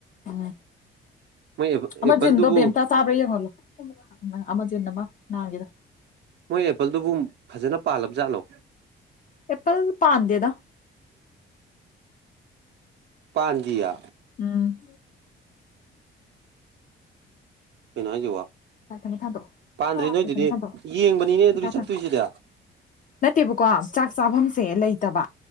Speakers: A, on the left; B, on the right.
A: ꯎꯝ
B: ꯃꯣꯏ
A: ꯑꯃꯖꯤꯟꯗꯣ
B: ꯑꯦꯄꯜꯗꯨꯕꯨ
A: ꯕꯦꯝꯇꯥ ꯆꯥꯕ꯭ꯔꯥ ꯌꯦꯡꯍꯣꯜꯂꯣ ꯅꯪ ꯑꯃꯖꯖꯤꯟ ꯑꯃ ꯅꯍꯥꯟꯒꯤꯗꯣ
B: ꯃꯣꯏ ꯑꯦꯄꯜꯗꯨꯕꯨ ꯐꯖꯅ ꯄꯥꯜꯂꯕ ꯖꯥꯠꯂꯣ
A: ꯑꯦꯄꯜ ꯄꯥꯟꯗꯦꯗ
B: ꯄꯥꯟꯗꯤꯌꯦ
A: ꯎꯝ
B: ꯀꯩꯅꯣ ꯍꯥꯏꯁꯤꯕꯣ
A: ꯊꯝꯃꯦ ꯊꯥꯡꯗꯣꯛꯑꯣ
B: ꯄꯥꯟꯗ꯭ꯔꯦ ꯅꯣꯏ ꯑꯗꯨꯗꯤ
A: ꯊꯝꯃꯦ
B: ꯌꯦꯡꯕꯅꯤꯅꯦ
A: ꯊꯥꯡꯗꯣꯛꯑꯣ
B: ꯑꯗꯨꯗꯤ ꯆꯠꯇꯣꯏꯁꯤꯗ
A: ꯅꯠꯇꯦꯕꯀꯣ ꯆꯥꯛ ꯆꯥꯐꯝꯁꯦ ꯂꯩꯇꯕ